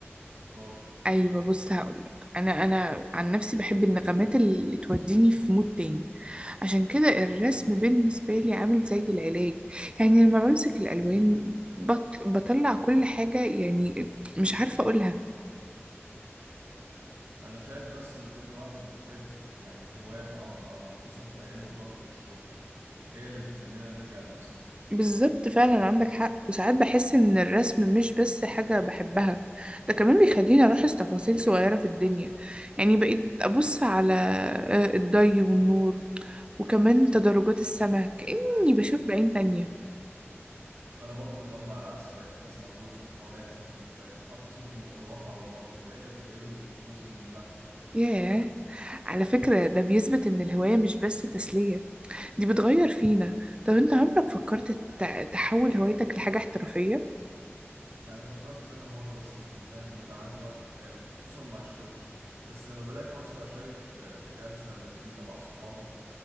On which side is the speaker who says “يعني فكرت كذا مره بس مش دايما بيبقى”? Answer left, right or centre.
Right